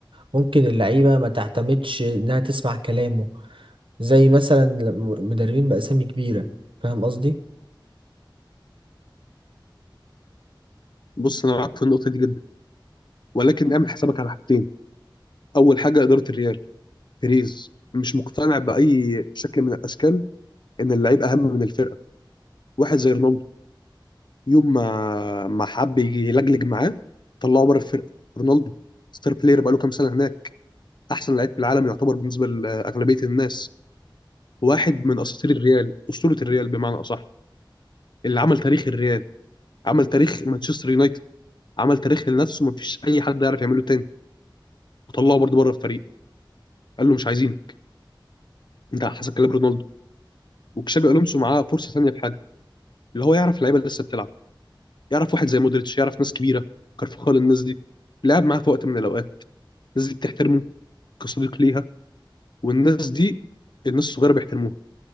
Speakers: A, on the right; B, on the left.
A: ممكن اللعيبة ما تعتمدش إنها تسمع كلامه زي مثلا لم- مدربين بأسامي كبيرة فاهم قصدي؟
B: بص انا معاك في النقطه دي جدا ولكن اعمل حسابك على حاجتين اول حاجه اداره الريال بيريز مش مقتنع باي شكل من الاشكال ان اللعيب اهم من الفرقه واحد زي رونالدو يوم ما ما حب يجي يلجلج معاه طلعه بره الفرقه رونالدو ستار بلاير بقاله كام سنه هناك احسن لعيب في العالم يعتبر بالنسبه لاغلبيه الناس واحد من اساطير الريال اسطوره الريال بمعنى اصح اللي عمل تاريخ الريال عمل تاريخ مانشستر يونايتد عمل تاريخ لنفسه مفيش اي حد يعرف يعمله تاني وطلعه برضه بره الفريق قال له مش عايزينك انت حسب كلام رونالدو وكشابي الونسو معاه فرصه ثانيه في حاجه اللي هو يعرف اللعيبه اللي لسه بتلعب يعرف واحد زي مودريتش يعرف ناس كبيره كارفخال الناس دي لعب معاه في وقت من الاوقات الناس دي بتحترمه كصديق ليها والناس دي الناس الصغيره بيحترموها